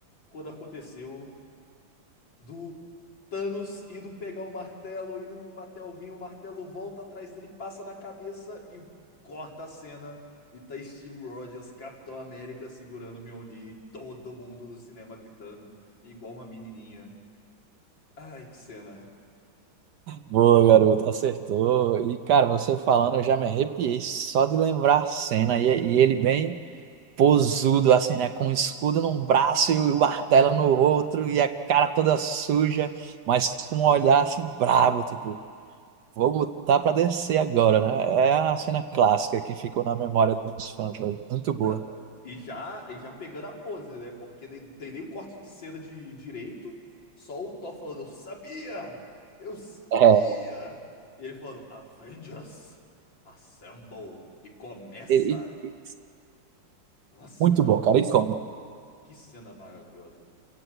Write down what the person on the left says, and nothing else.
quando aconteceu. do Thanos indo pegar o martelo, indo bater alguém, o martelo volta atrás dele, passa na cabeça e corta a cena. E tá Steve Rogers, Capitão América, segurando o Mjolnir e todo mundo do cinema gritando, igual uma menininha. Ai, que cena.
Não.
E já, e já pegando a pose, né? Porque nem- não tem nem o corte de cena de direito, só o Thor falando, eu sabia! Eu sabia!
E ele falando, Avengers, assemble! E começa!
Nossa,
não,
que cena maravilhosa.